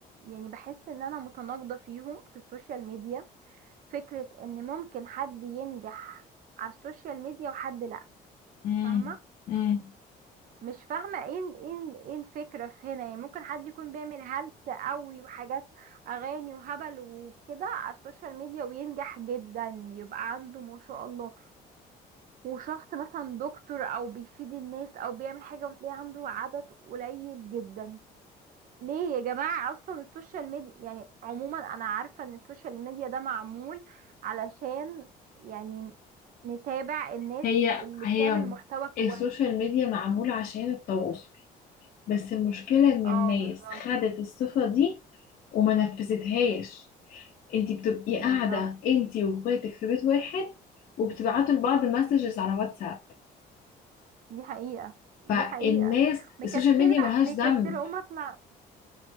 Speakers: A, on the right; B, on the left.
A: يعني بحس ان انا متناقضة فيهم في السوشيال ميديا فكرة ان ممكن حد ينجح على السوشيال ميديا وحد لا
B: امم
A: فاهمة
B: امم
A: مش فاهمة ايه ال- ايه ال- ايه الفكرة في هنا يعني ممكن حد يكون بيعمل هلس قوي وحاجات اغاني وهبل وكده على السوشيال ميديا وينجح جدا يبقى عنده ما شاء الله وشخص مثلا دكتور او بيفيد الناس او بيعمل حاجة وتلاقي عنده عدد قليل جدا ليه يا جماعة اصلا السوشيال ميديا يعني عموما انا عارفة ان السوشيال ميديا ده معمول علشان يعني نتابع الناس
B: هي
A: اللي
B: هي
A: بتعمل محتوى كويس
B: السوشيال ميديا معمولة عشان التواصل بس المشكلة ان
A: اه
B: الناس
A: بالظبط
B: خدت الصفة دي وما نفذتهاش انتي بتبقي قاعدة
A: بالظبط
B: انتي واخواتك في بيت واحد وبتبعتوا لبعض مسجز على واتساب
A: دي حقيقة
B: فالناس
A: دي حقيقة مكسلة
B: السوشيال ميديا ملهاش
A: مكسلة
B: ذنب
A: قوم اطلع